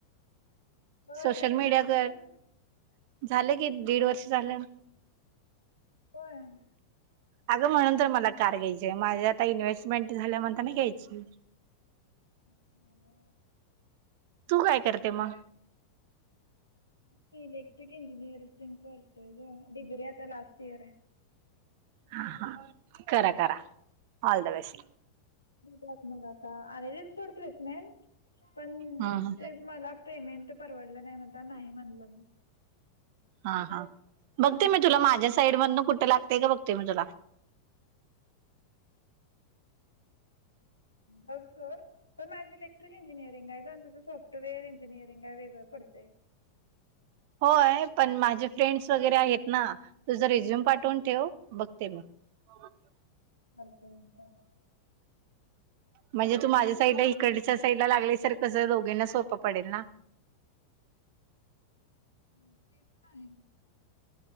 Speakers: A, on the left; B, on the right.
A: होय
B: सोशल
A: कधी
B: मीडियावर
A: लागला तुला?
B: झालं की दीड वर्ष झालं.
A: पण
B: अगं म्हणून तर मला कार घ्यायचे आहे माझी आता इन्व्हेस्टमेंट झाल्या म्हणताना घ्यायची.
A: अच्छा हो.
B: तू काय करते मग
A: मी इलेक्ट्रिक इंजिनिअरिंग पण करतेय ग डिग्री आता लास्ट इयर आहे.
B: हा हा करा करा ऑल द बेस्ट.
A: ेत मग आता आलेले ोड प्लेसमेंट पण
B: हम्म
A: ते मला पेमेंट परवडलं नाही मता नाही म्हणलं मी
B: हा हा बघते मी तुला माझ्या साईड मधन कुठं लागतेय का बघते मी तुला
A: बगसोड. पण माझी इलेक्ट्रिक इंजिनिरिंग आहे आणि तुझ सॉफ्टवेअर इंजिनिअरिंग आहे वेगळं पडतय.
B: होय पण माझे फ्रेंड्स वगैरे आहेत ना तुझ रिझ्युम पाठवून ठेव बघते मी. मोबाईल शॉपी
A: <inaudible>
B: म्हणजे तू माझ्या साईडला इकडच्या साईड लागलीसर कसं दोघींना सोपं पडेल ना.
A: हो ते पण आहे.